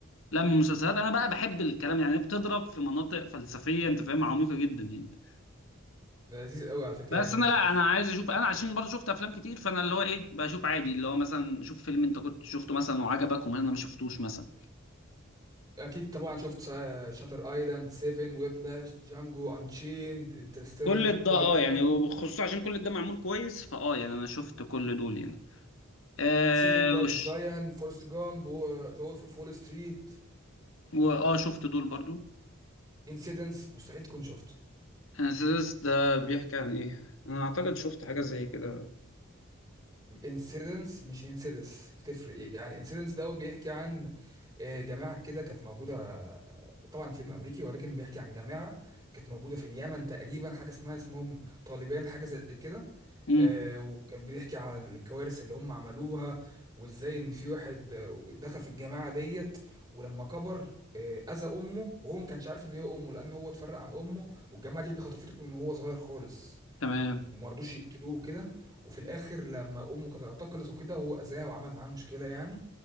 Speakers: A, on the left; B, on the right.
A: لا من المسلسلات انا بقى بحب الكلام يعني بتضرب في مناطق فلسفية انت فاهمها عميقة جدا يعني
B: ده لذيذ قوي على فكره
A: بس
B: يعني
A: انا لا انا عايز اشوف انا عشان برضه شفت افلام كتير فانا اللي هو ايه بشوف عادي اللي هو مثلا شوف فيلم انت كنت شفته مثلا وعجبك وما انا ما شفتوش مثلا
B: اكيد طبعا شفت شاتر ايلاند سيفن ويبلاش جانجو انشيند انترستيلر
A: كل ده
B: كل
A: اه
B: الكلام
A: يعني
B: ده
A: وخصوصا عشان كل ده معمول كويس فاه يعني انا شفت كل دول يعني آه
B: سيفينج برايفت
A: وش
B: رايان فورست جامب ذا وولف اوف وول ستريت
A: واه شفت دول برضو
B: انسيدنس مستحيل تكون شفته
A: انسيدس ده بيحكي عن ايه انا اعتقد شفت حاجة زي كده
B: انسيدنس مش انسيدس تفرق يعني انسيدنس دوت بيحكي عن آه، جماعة كده كانت موجودة آه، طبعا فيلم أمريكي ولكن بيحكي عن جماعة كانت موجودة في اليمن تقريبا حاجة اسمها اسمهم طالبان حاجة زي كده
A: امم
B: آه، وكان بيحكي عن الكوارث اللي هم عملوها وازاي ان في واحد آه، دخل في الجماعة ديت ولما كبر آه، أذى أمه وهو ما كانش عارف إن هي أمه لأن هو اتفرق عن أمه والجماعة دي خطفته من وهو صغير خالص
A: تمام
B: وما رضوش يقتلوه كده وفي الاخر لما امه كانت اعتقلت وكده هو اذاها وعمل معاه مشكله يعني